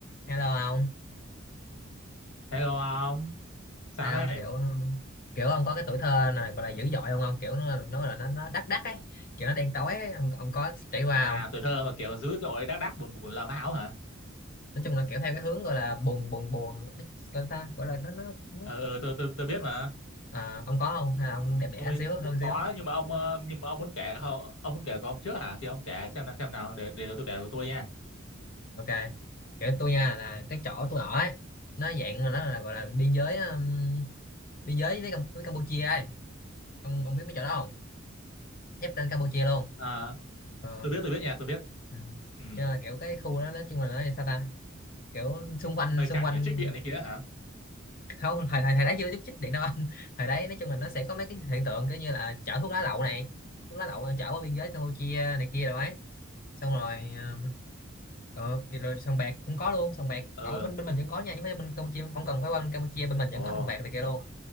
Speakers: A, on the left; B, on the left.
A: Hello ông,
B: Hello ông, sao
A: Ê, ông
B: đây?
A: kiểu kiểu ông có cái tuổi thơ này gọi là dữ dội không ông kiểu nó nó là nó nó đắc đắc ấy kiểu nó đen tối ấy. Ông, ông có trải qua
B: À,
A: không?
B: tuổi thơ mà kiểu dữ dội đác đác buồn buồn là máu hả?
A: Nói chung là kiểu theo cái hướng gọi là buồn buồn buồn nói chung là ta gọi là nó nó, nó.
B: Ờ ừ, tôi tôi tôi biết mà.
A: À, ông có không hay là ông đẹp đẽ
B: Tôi
A: xíu hơn
B: cũng
A: xíu?
B: có đó, nhưng mà ông ờ, nhưng mà ông muốn kể không? Ông muốn kể của ông trước hả? Thì ông kể xem nào xem nào để để tôi kể của tôi nha.
A: Ok kiểu tôi nha là cái chỗ tôi ở ấy nó dạng là nó là gọi là biên giới um, biên giới với, Cam- với Campuchia ấy ông ông biết mấy chỗ đó không? Giáp ranh Campuchia luôn.
B: À,
A: Ờ.
B: tôi biết tôi biết nha, tôi biết.
A: Ừ.
B: Ừ,
A: Cho nên là kiểu cái khu đó nói chung là nó sao ta kiểu xung quanh
B: hơi
A: xung
B: căng
A: quanh
B: nhờ trích điện này kia hả?
A: không thời thời thời đấy chưa chút chích điện đâu anh <laughs> thời đấy nói chung là nó sẽ có mấy cái hiện tượng kiểu như là chở thuốc lá lậu này thuốc lá lậu ờ, chở qua biên giới Campuchia này kia rồi ấy xong rồi ờ, ờ, kì- rồi sòng bạc cũng có luôn sòng bạc
B: Ừ.
A: ở bên bên mình vẫn có nha chứ không phải bên Campuchia không cần phải qua bên Campuchia bên mình
B: Ồ,
A: vẫn có sòng bạc này kia luôn